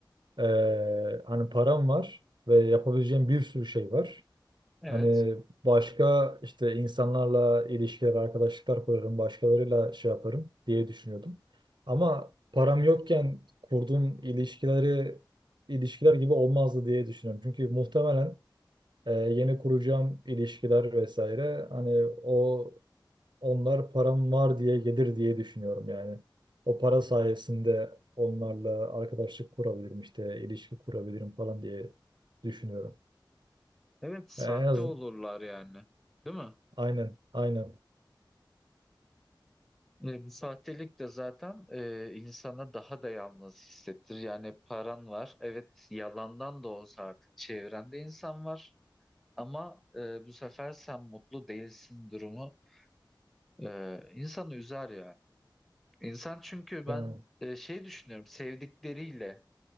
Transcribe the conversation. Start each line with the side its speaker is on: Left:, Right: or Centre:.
Right: Ee, hani param var ve yapabileceğim bir sürü şey var.
Centre: Evet.
Right: Hani başka işte insanlarla ilişkiler, arkadaşlıklar kurarım, başkalarıyla şey yaparım diye düşünüyordum. Ama param yokken kurduğum ilişkileri ilişkiler gibi olmazdı diye düşünüyorum. Çünkü muhtemelen e, yeni kuracağım ilişkiler vesaire hani o onlar param var diye gelir diye düşünüyorum yani. O para sayesinde onlarla arkadaşlık kurabilirim işte ilişki kurabilirim falan diye düşünüyorum.
Centre: Evet sahte
Right: Yani en azından
Centre: olurlar yani. Değil mi?
Right: aynen aynen.
Centre: E, bu sahtelik de zaten e, insana daha da yalnız hissettir. Yani paran var. Evet yalandan da olsa artık çevrende insan var. Ama e, bu sefer sen mutlu değilsin durumu e, insanı üzer ya. İnsan çünkü ben
Right: Yani,
Centre: e, şey düşünüyorum sevdikleriyle